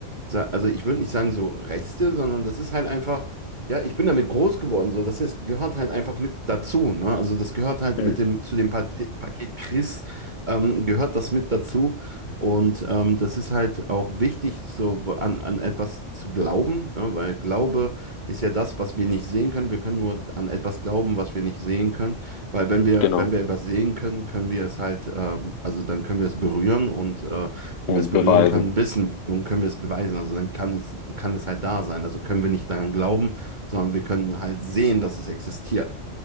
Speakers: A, on the right (about 40°); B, on the left (about 85°).
A: sa- also ich würde nicht sagen so Reste, sondern das ist halt einfach, ja, ich bin damit groß geworden, so, das ist, gehört halt einfach mit dazu, ne? Also das gehört halt
B: Mhm.
A: mit dem, zu dem Pat- Paket Chris, ähm, gehört das mit dazu. Und ähm, das ist halt auch wichtig, so an, an etwas zu glauben, ne? Weil Glaube ist ja das, was wir nicht sehen können. Wir können nur an etwas glauben, was wir nicht sehen können. Weil wenn wir,
B: Genau.
A: wenn wir etwas sehen können, können wir es halt, ähm, also dann können wir es berühren und äh,
B: Und
A: wenn wir es berühren
B: beweisen.
A: kann, wissen und können wir es beweisen. Also dann kann es, kann es halt da sein. Also können wir nicht daran glauben, sondern wir können halt sehen, dass es existiert.